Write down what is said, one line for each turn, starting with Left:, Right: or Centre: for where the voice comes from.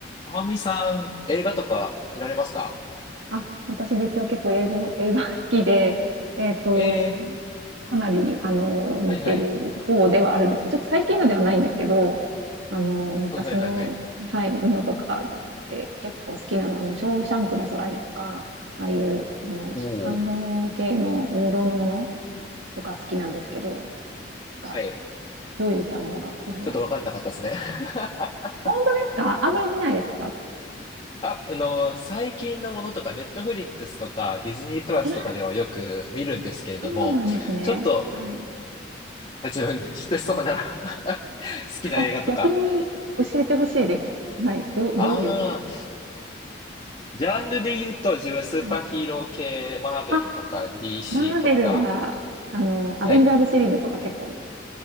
Left: まむいさん、映画とか見られますか
Right: あ、私実は結構英語映画好きで、えっと、
Left: ええ
Right: かなり、あの、見てる方ではあるんですけど、
Left: ーはいはい。
Right: ちょっと最近のではないんですけど、あの、昔の、
Left: はいはいはいはい。
Right: はい、ものとかで結構好きなのは、あの、ショーシャンクの空にとか、ああいう、あの、
Left: おお、
Right: ちょっと感動系の王道のものとか好きなんですけど、なんか、
Left: はい。
Right: どういったものが、浩平さん好きですか
Left: ちょっとわかんなかったですね。<laughs>
Right: 本当ですかあんまり見ないですか
Left: あ、あの、最近のものとか、ネットフリックスとか、ディズニープラスとかではよく見るんですけれども、
Right: あ、そうなんですね。
Left: ちょっと
Right: はい。
Left: 自分が知ってそうな <laughs> 好
Right: あ、
Left: きな映画とか。
Right: 逆に教えてほしいです。はい。ど、どういうやる
Left: ああ、ジャンルで言うと、自分スーパーヒーロー系、
Right: はい。
Left: マーベルとか、
Right: あ、
Left: DC
Right: マーベルは、
Left: とか。
Right: あの、アベンジャーズシリーズとか結構、
Left: はい。